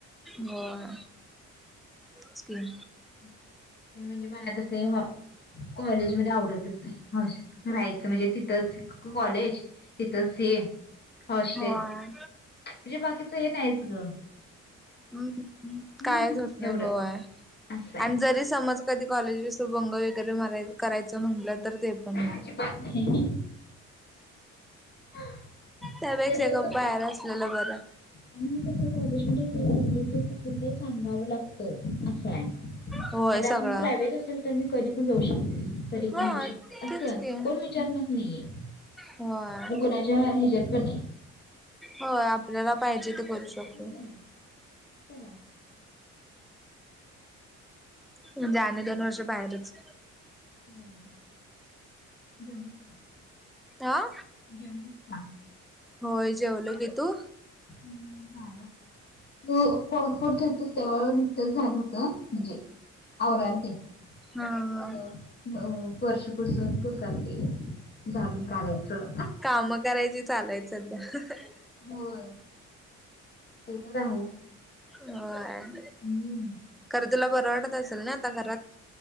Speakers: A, in the centre; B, on the left (about 35°).
A: होय, च की.
B: मेन म्हणजे मला तसे हाॅ कॉलेज मदे आवडतच नाइ. होय, राहायचं म्हणजे तिथंच क क कॉलेज तिथंच ते हॉस्टेल.
A: होय
B: म्हजे बाकीचं हे न्हाईच गं.
A: हम्म
B: हम्म
A: कायच होत नइ
B: एवढं
A: होय.
B: असं आहे
A: आण जरी समज कदी कॉलेज विस बंग वगैरे माराय करायचं म्हणलं तर ते पण नइ.
B: अजिबात नाही <inaudible>
A: त्यापेक्षा
B: ते तर
A: गप
B: जमणार
A: बाहेर असलेलं बरं.
B: आणि फक्त कॉलेजमदे असं <unintelligible> हुंदे सांगावं लागतं असाय.
A: होय
B: आता आपण
A: सगळं
B: प्रायवेट असेल तन कदी ण जाऊ शकते, कदी
A: हा
B: पण येऊ शकते, असं
A: तेच की
B: कोण विचाणार नइये.
A: होय.
B: म कोणाच्या हेज्यात पण नइ.
A: होय आपल्याला पाइजे ते करू शकतोय.
B: हम्म. चला
A: मणजे आणि दोन वर्ष बाहेरच.
B: होय. जेवलीस का?
A: हां?
B: जेवलीस का
A: होय जेवलो की. तू?
B: हम् झालं. त फ फोन केलतीस तवा नकतं झालं होत म्जे आवरालते.
A: हा हा.
B: अ वर्षपसून पुसालते. झाडून काढायचं.
A: काम करायची चालू आहेत सध्या.
B: होय. ते तर आहेच.
A: व्हय.
B: हम्म.
A: खर्तूला बर वाटत असेल ना आता घरात.